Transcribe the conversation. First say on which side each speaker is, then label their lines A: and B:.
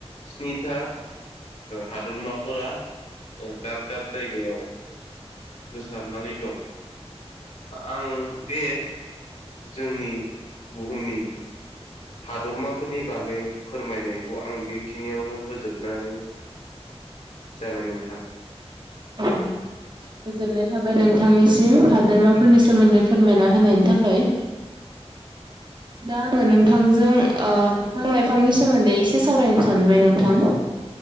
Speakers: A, on the left; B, on the right.
A: स्निथा हादरमा फोरा दाब दाब जायगायाव गोसारनानै दं आं बे जोंनि बुहुमनि हादरमाफोरनि बागै फोरमायनायखौ आं बेखिनियावनो फोजोबनानै जाबाय नोंथां।
B: अ गोजोननाय थाबाय नोंथांनिसिम हादोरमाफोरनि सोमोन्दै फोरमायना होनायनि थाखाय <inaudible> दा आंङो नोंथांजों बिफां लाइफांनि सोमोन्दै एसे सावरायनो सानबाय नोंथां।